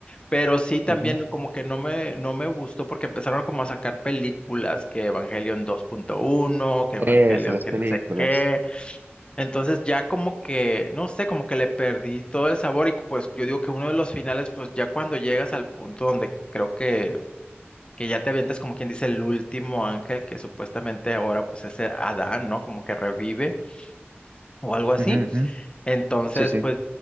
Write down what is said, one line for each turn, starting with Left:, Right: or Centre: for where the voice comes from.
Left: Pero sí también
Right: Ujú.
Left: como que no me, no me gustó porque empezaron como a sacar películas, que Evangelion 2.1, que
Right: Esas,
Left: Evangelion
Right: las
Left: que
Right: películas.
Left: no sé qué. Entonces ya como que, no sé, como que le perdí todo el sabor y pues yo digo que uno de los finales, pues ya cuando llegas al punto donde creo que, que ya te avientas como quien dice el último ángel que supuestamente ahora pues es eh, Adán, ¿no? Como que revive o algo así.
Right: Ujú, ujú.
Left: Entonces
Right: Sí, sí,
Left: pues